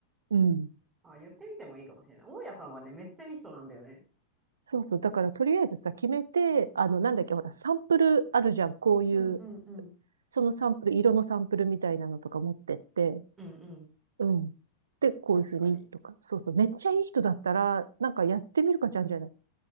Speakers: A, on the right; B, on the right.
A: うん。
B: あ、言ってみてもいいかもしれない。大家さんはね、めっちゃいい人なんだよね。
A: そうそう。だからとりあえずさ、決めて、あの、なんだっけ、ほら、サンプルあるじゃん。こういう、
B: うんうんうん。
A: そのサンプル、色のサンプルみたいなのとか持ってって、
B: うんうん。
A: うん。で、こういうふうに、
B: 確かに。
A: とか。そうそう。めっちゃいい人だったら、なんかやってみるかちゃんじゃない。